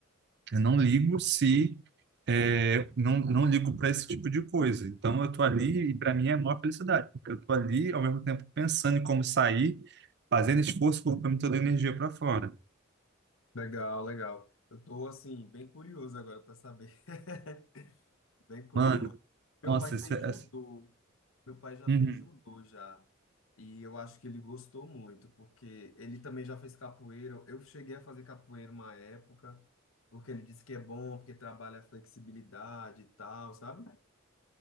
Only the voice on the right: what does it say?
eu não ligo se. é, não, não ligo para esse tipo de coisa. Então, eu tô ali e para mim é a maior felicidade, porque eu tô ali ao mesmo tempo pensando em como sair, fazendo esforço, colocando toda a energia para fora.
Mano,
nossa,
essa, essa...
Uhum,